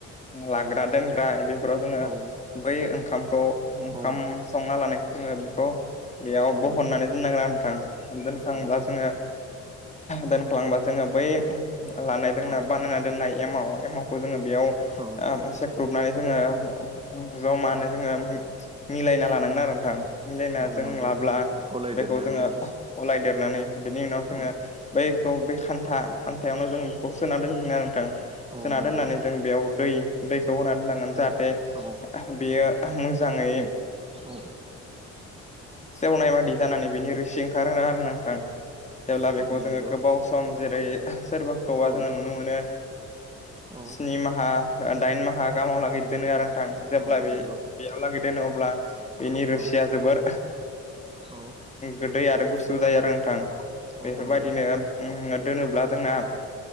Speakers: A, on the left (about 25°); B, on the right (about 20°).
A: लाग्रा दोनग्रा बेफोराव जोङो
B: औ
A: बै ओंखामखौ ओंखाम
B: औ
A: संनानै खौ जोङो बेखौ बेयाव
B: औ
A: बहननानै दोननांगोन नोंथां दोनखांब्ला
B: औ
A: जोङो दोनखांबा जोङो बै लानाय जोंना
B: औ
A: बानायना दोननाय एमाव एमावखौ जोङो बेयाव ओ
B: औ
A: सेख्रुबनानै जोङो जमानो जोङो मिलायना लानांगोन आरो नोंथां मिलायना
B: औ
A: जों
B: नंगौ
A: लाब्ला
B: गलायदेरनानै
A: बेखौ जोङो
B: औ
A: गलायदेरनानै बिनि उनाव जोङो
B: औ
A: बैखौ बे खान्था खान्थायावनो जों बेखौ सोना दोनफिनो आरो नोंथां
B: औ
A: सोना
B: नंगौ
A: दोननानै जों बेयाव दै दैखौ होना दोननांगोन जाहाथे
B: औ
A: बेयो मोजाङै
B: औ
A: ओ सेवनाय बादि जानानै बिनि रोसि ओंखारो आरो नोंथां जेब्ला बेखौ
B: औ
A: जोङो
B: नंगौ
A: गोबाव सम जेरै सोरबाखौबा
B: औ
A: जोङो नुनो मोनो
B: औ
A: स्नि माहा दाइन माहा आंहा गोबावलागि‌ दोनो आरो नोंथां
B: औ
A: जेब्ला बे
B: नंगौ
A: बेयाव लागै दोनो अब्ला बेनि
B: औ
A: रोसिया जोबोर
B: औ
A: गोदै आरो गुसु जायो आरो नोंथां
B: औ
A: बेफोरबायदिनो
B: नंगौ
A: दोनोब्ला जोंना